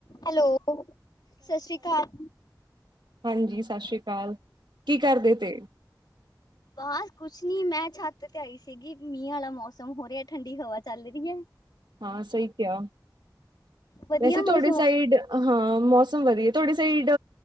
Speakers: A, on the left; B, on the right.
A: ਹੈਲੋ, ਸਤਿ ਸ਼੍ਰੀ ਅਕਾਲ।
B: ਹਾਂਜੀ, ਸਤਿ ਸ੍ਰੀ ਅਕਾਲ ਕੀ ਕਰਦੇ ਤੇ।
A: ਬਸ ਕੁਛ ਨੀ, ਮੈਂ ਛੱਤ ਤੇ ਆਈ ਸੀਗੀ, ਮੀਂਹ ਵਾਲਾ ਮੌਸਮ ਹੋ ਰਿਹਾ ਠੰਡੀ ਹਵਾ ਚੱਲ ਰਹੀ ਹੈ।
B: ਹਾਂ ਸਹੀ ਕਿਹਾ,
A: ਵਧੀਆ
B: ਵੈਸੇ ਤੁਹਾਡੇ
A: ਮੌਸਮ
B: ਸਾਈਡ
A: ਹੋ
B: ਹਾਂ ਮੌਸਮ ਵੱਧੀਆ ਤੁਹਾਡੇ ਸਾਈਡ